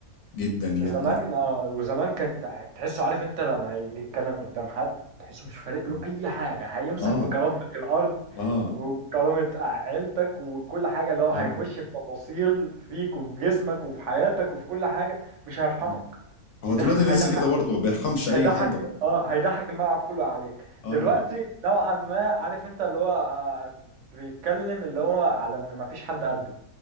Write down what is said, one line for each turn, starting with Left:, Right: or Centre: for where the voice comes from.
Left: جدا يعني
Right: زمان اه وزمان كان تح- تحسه عارف انت لما يجي يتكلم قدام حد تحسه مش فارق له
Left: اه
Right: اي حاجه هيمسح
Left: اه
Right: بكرامتك الارض
Left: اه
Right: وبكرامه عيلتك وكل حاجه اللي هو هيخش
Left: اه,
Right: في تفاصيل فيك وفي جسمك وفي حياتك وفي كل حاجه مش هيرحمك
Left: آه. هو
Right: يضحك
Left: دلوقتي
Right: هيضحك
Left: لسه كده برضو ما بيرحمش اي
Right: هيضحك
Left: حد بقى
Right: اه هيضحك الملعب كله عليك
Left: اه
Right: دلوقتي نوعا ما عارف انت اللي هو آه، بيتكلم اللي هو على ان مفيش حد قده